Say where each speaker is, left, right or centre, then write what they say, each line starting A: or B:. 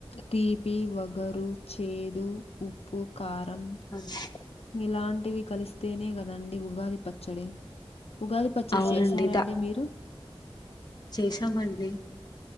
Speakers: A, on the left (about 80°); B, on the left (about 45°).
A: తీపి వగరు చేదు ఉప్పు కారం
B: <unintelligible>
A: ఇలాంటివి కలిస్తేనే కదండి ఉగాది పచ్చడి ఉగాది పచ్చడి
B: అవునండి
A: చేశారా అండి మీరు
B: చేశాం అండి